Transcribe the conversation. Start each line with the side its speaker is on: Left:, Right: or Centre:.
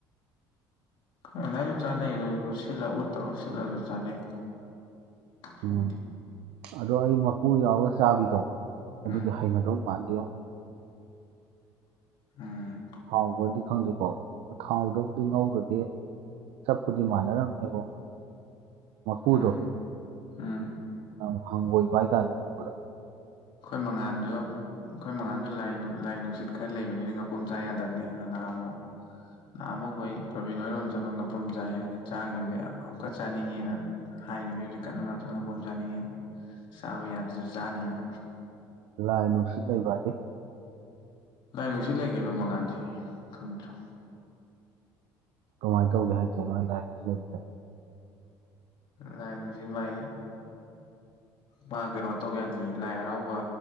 Left: ꯈꯪ ꯗꯥꯏꯅꯖꯨ ꯆꯥꯅꯩ ꯑꯗꯨ ꯁꯤꯠꯂ ꯎꯠ ꯇꯧꯔ ꯁꯤꯠꯂꯒꯁꯨ ꯆꯥꯅꯩ꯫ ꯈꯪꯗꯦ
Right: ꯎꯝ ꯑꯗꯣ ꯑꯩ ꯃꯀꯨ ꯌꯥꯎꯔ ꯆꯥꯕꯤꯗꯣ ꯑꯗꯨꯗꯤ
Left: ꯎꯝ
Right: ꯍꯩꯅꯗꯧ ꯃꯥꯟꯗꯦꯉꯣ
Left: ꯎꯝ
Right: ꯍꯥꯎꯕꯔ꯭ꯗꯤ ꯈꯪꯗꯦꯀꯣ ꯊꯥꯎꯗꯕꯨꯗꯤ ꯉꯧꯒꯔ꯭ꯗꯤ ꯆꯞꯄꯨꯗꯤ ꯃꯥꯟꯅꯔꯝꯃꯦꯕꯣ ꯃꯀꯨꯗꯣ
Left: ꯎꯝ ꯎꯝ
Right: ꯌꯥꯝ ꯍꯪꯒꯣꯏꯕ ꯍꯥꯏꯇꯥꯔꯦ ꯎꯕꯗ
Left: ꯈꯣꯏ ꯃꯉꯥꯥꯟꯖꯨ ꯈꯣꯏ ꯃꯉꯥꯟꯖꯨ ꯂꯥꯏ ꯅꯨ ꯂꯥꯏ ꯅꯨꯡꯁꯤꯠ ꯈꯔ ꯂꯩꯕꯅꯤꯅ ꯉꯄꯨꯝ ꯆꯥ ꯌꯥꯗꯕꯅꯦ ꯑꯗꯨ ꯅꯍꯥꯟꯃꯨꯛ ꯅꯍꯥꯃꯨꯛ ꯈꯣꯏ ꯔꯣꯕꯤꯟ ꯍꯣꯏꯔꯣꯝ ꯆꯠꯄ ꯉꯥꯄ꯭ꯔꯨꯝ ꯆꯥꯏ ꯑꯗ ꯆꯥꯈꯤꯕꯅꯦ ꯑꯃꯨꯛꯀ ꯆꯥꯅꯤꯡꯉꯦꯅ ꯍꯥꯏꯔꯤꯃꯦ ꯍꯧꯖꯤꯛ ꯀꯟꯅ ꯃꯥꯖꯨ ꯉꯥꯄꯔ꯭ꯨꯝ ꯆꯥꯅꯤꯡꯉꯦꯅ ꯆꯥꯕ ꯌꯥꯗ꯭ꯔꯁꯨ ꯆꯥꯅꯤꯅ
Right: ꯂꯥꯏ ꯅꯨꯡꯁꯤꯠ ꯂꯩꯕꯥꯗꯤ
Left: ꯂꯥꯏ ꯅꯨꯡꯁꯤꯠ ꯂꯩ ꯀꯩꯅꯣ ꯃꯉꯥꯟꯗꯤ ꯈꯪꯗ꯭ꯔꯣ
Right: ꯀꯃꯥꯏꯟ ꯇꯧꯒꯦ ꯍꯥꯏꯖꯦ ꯃꯥ ꯂꯥꯏ ꯅꯨꯡꯁꯤꯠ ꯂꯩꯕꯖꯦ
Left: ꯂꯥꯏ ꯅꯨꯡꯁꯤꯠ ꯃꯥꯏ ꯃꯥ ꯀꯩꯅꯣ ꯇꯧ ꯌꯥꯗꯤꯌꯦ ꯂꯥꯏ ꯍꯔꯥꯎꯕ